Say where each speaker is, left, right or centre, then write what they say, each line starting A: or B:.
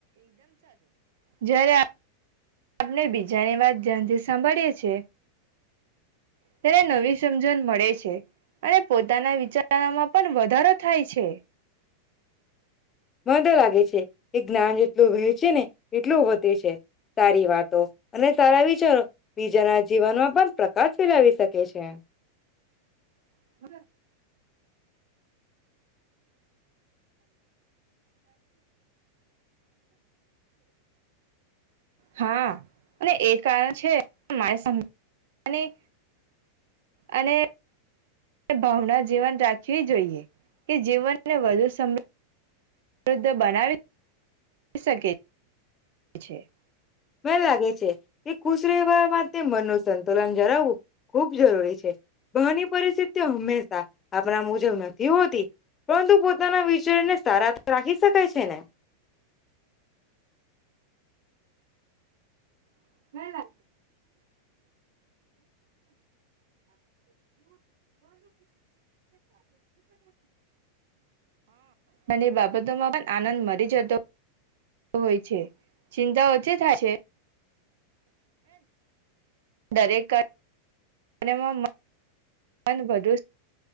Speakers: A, on the right; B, on the left.
A: જ્યારે આપ <unintelligible> આપને બીજાની વાત ધ્યાનથી સાંભળીએ છે ત્યારે નવી સમજણ મળે છે અને પોતાના વિચારોમાં પણ વધારો થાય છે.
B: મન તો લાગે છે કે જ્ઞાન જેટલું વહેંચે ને એટલું વધે છે. સારી વાતો અને સારા વિચારો બીજાના જીવનમાં પણ પ્રકાશ ફેલાવી શકે છે.
A: <inaudible> હા અને એ કારણ છે <unintelligible> અને ભાવના જીવન રાખવી જોઈએ કે જીવનને વધુ સમ વૃદ્ધ બનાવી શકે છે.
B: મને લાગે છે કે ખુશ રહેવા માટે મનનું સંતુલન જાળવવું ખૂબ જરૂરી છે. બહાર ની પરિસ્થિતિઓ હંમેશા આપણા મુજબ નથી હોતી, પરંતુ પોતાના વિચારને સારા રાખી શકાય છે ને?
A: <inaudible> <inaudible> <inaudible> હ અને બંને બાબતોમાં પણ આનંદ મરી જતો હોય છે, ચિંતા ઓછી થાય છે. <inaudible> દરેક કાર્યમાં મન વધુ સા